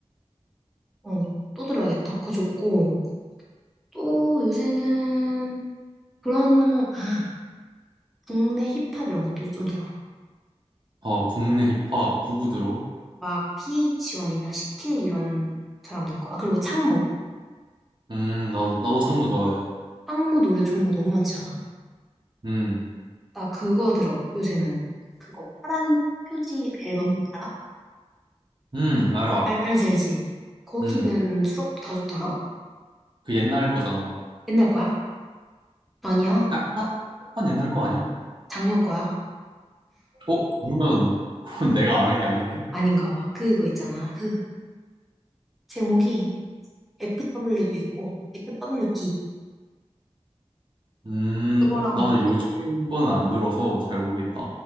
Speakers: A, in the centre; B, on the right (about 45°).
A: 어, 또 들어야겠다. 그거 좋고, 또 요새는 그런, 아, 국내 힙합 이런 것도 좀 들어.
B: 아, 국내 힙합 누구 들어?
A: 막 PH1이나 CK 이런 사람들 거. 아, 그리고 창모.
B: 음, 나도, 나도 창모 좋아해.
A: 창모 노래 좋은 거 너무 많지 않아?
B: 음,
A: 나 그거 들어, 요새는. 그거 파란 표지 앨범 알아?
B: 음, 알아.
A: 알, 알지, 알지. 거기는
B: 음,
A: 수록곡 다 좋더라?
B: 그 옛날 거잖아.
A: 옛날 거야? 아니야.
B: 약간, 약간 옛날 거 아니야?
A: 작년 거야.
B: 어, 그러면, 그건 내가 아는 게 아니네.
A: 아닌가 봐. 그거 있잖아. 그 제목이 FW도 있고, f w 기
B: 음,
A: 그거랑,
B: 나 요즘 건 안 들어서 잘 모르겠다.